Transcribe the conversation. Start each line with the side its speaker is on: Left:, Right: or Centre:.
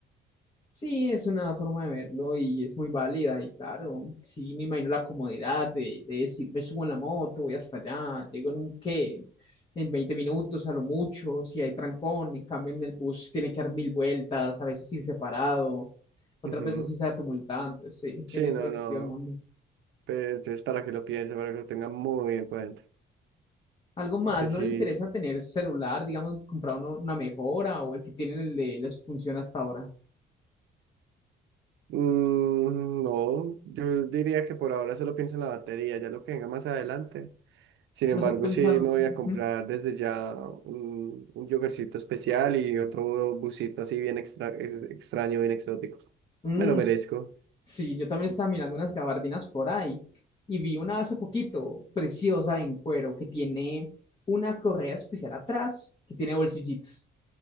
Left: sí, es una forma de verlo y es muy válida. Y claro, sí, me imagino la comodidad de, de decir, me subo en la moto, voy hasta allá, llego en un qué, en 20 minutos a lo mucho, si hay trancón. En cambio, en el bus tiene que dar mil vueltas, a veces ir separado, otras
Right: Ujú.
Left: veces sí se tumultante. Sí,
Right: Sí,
Left: tiene
Right: no,
Left: todo el
Right: no.
Left: sentido del mundo.
Right: Pe- Entonces, para que lo piense, para que lo tenga muy en cuenta.
Left: algo más,
Right: Que sí,
Left: ¿no le interesa tener celular, digamos, comprar uno- una mejora o el que tiene le, les funciona hasta ahora?
Right: Mm, no, yo diría que por ahora solo pienso en la batería, ya lo que venga más adelante. Sin
Left: No
Right: embargo,
Left: está pensando.
Right: sí me voy
Left: Ujú.
Right: a comprar desde ya un, un yogurcito especial y otro busito así bien extra, ex- extraño, bien exótico.
Left: Mm,
Right: Me lo merezco.
Left: s- sí, yo también estaba mirando unas gabardinas por ahí y vi una hace poquito, preciosa en cuero, que tiene una correa especial atrás, que tiene bolsillitos